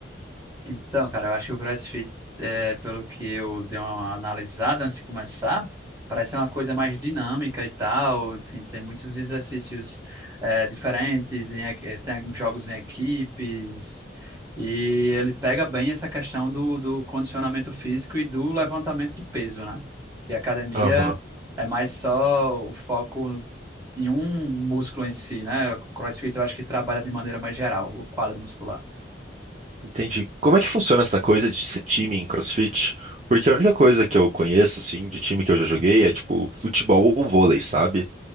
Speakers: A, on the right; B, on the right.
A: Então, cara, eu acho que o CrossFit, é, pelo que eu dei uma analisada antes de começar, parece ser uma coisa mais dinâmica e tal. Assim, tem muitos exercícios, é, diferentes, em, equi- eh, tem jogos em equipes, e ele pega bem essa questão do, do condicionamento físico e do levantamento de peso, né? Que a academia
B: Aham.
A: é mais só o foco em um músculo em si, né? O CrossFit eu acho que trabalha de maneira mais geral, o quadro muscular.
B: Entendi. Como é que funciona essa coisa de ser time em CrossFit? Porque a única coisa que eu conheço, assim, de time que eu já joguei é, tipo, futebol ou vôlei, sabe?